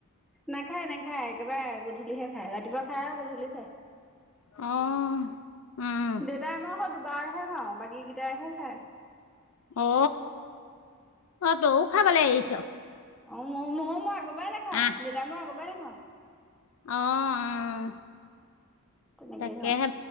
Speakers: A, in the centre; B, on the left.
A: নাখায়, নাখায়, একেবাৰে গধূলিহে খায়, ৰাতিপুৱা খায় আৰু গধূলি খায়।
B: অ, উম।
A: দেউতাই মই আকৌ দুবাৰহে খাওঁ, বাকীকেইটাইহে খায়।
B: অ, অ, তও খাবলে এৰিছ?
A: অ, ম ময়ো মই আগ পৰাই নাখাওঁ,
B: আহ
A: দেউাই মই আগৰ পৰাই নাখাওঁ।
B: অ, আহ,
A: তেনেকেই
B: তাকেহে।
A: খাওঁ